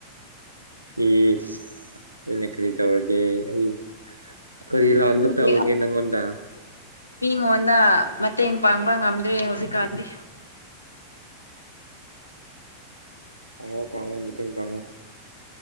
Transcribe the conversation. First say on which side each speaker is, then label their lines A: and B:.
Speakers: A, on the right; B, on the left.
A: ꯏꯁ ꯑꯩꯅ ꯀꯔꯤ ꯇꯧꯔꯒ ꯑꯩ ꯀꯔꯤ ꯂꯥꯟꯕ
B: ꯑꯗꯨꯒꯤ
A: ꯇꯧꯔꯒꯦ ꯅꯪꯉꯣꯟꯗ
B: ꯃꯤꯉꯣꯟꯗ ꯃꯇꯦꯡ ꯄꯥꯡꯕ ꯉꯝꯗ꯭ꯔꯦ ꯍꯧꯖꯤꯛꯀꯥꯟꯗꯤ
A: ꯄꯥꯎꯉꯣ ꯄꯥꯡꯉꯣ ꯃꯇꯦꯡ ꯄꯥꯡꯉꯣ